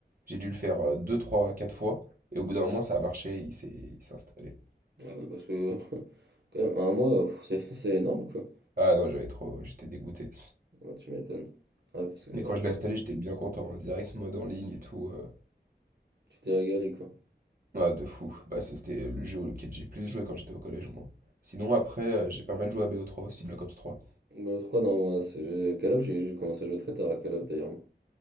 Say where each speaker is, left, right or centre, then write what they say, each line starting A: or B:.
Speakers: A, on the right (about 55°); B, on the right (about 80°).
A: J'ai dû le faire euh, 2, 3, 4 fois. Et au bout d'un moment, ça a marché, il s'est il s'est installé.
B: Ah ouais parce que <laughs> quand même un mois, pff, c'est <laughs> c'est énorme quoi.
A: Ah non, j'avais trop, j'étais dégoûté.
B: Ouais, tu m'étonnes. Ah ouais parce que ouais,
A: Mais quand je
B: hein,
A: l'ai installé, j'étais bien content, hein, direct mode en ligne et tout. euh.
B: tu t'es régalé quoi.
A: Ah, de fou. Bah, ça, c'était le jeu auquel j'ai plus joué quand j'étais au collège, moi. Sinon, après, euh, j'ai pas mal joué à BO3 aussi, Black Ops 3.
B: Bah, trois non, moi c'est j'ai Call of j'ai j'ai commencé à jouer très tard à Call of d'ailleurs